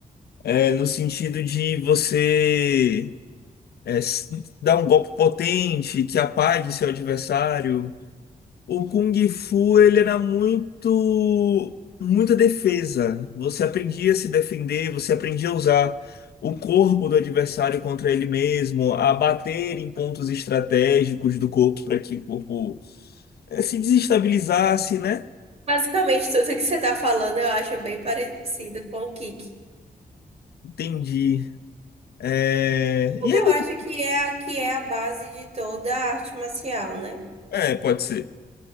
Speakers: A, on the left; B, on the right.
A: É, no sentido de você é, s- dar um golpe potente que apague seu adversário. O Kung Fu, ele era muito, muita defesa. Você aprendia a se defender, você aprendia a usar o corpo do adversário contra ele mesmo, a bater em pontos estratégicos do corpo para que o corpo eh, se desestabilizasse, né?
B: Basicamente, tudo que você tá falando eu acho bem parecido com o kick.
A: Entendi. É...
B: Porque
A: E aí?
B: eu acho que é a, que é a base de toda a arte marcial, né?
A: É, pode ser,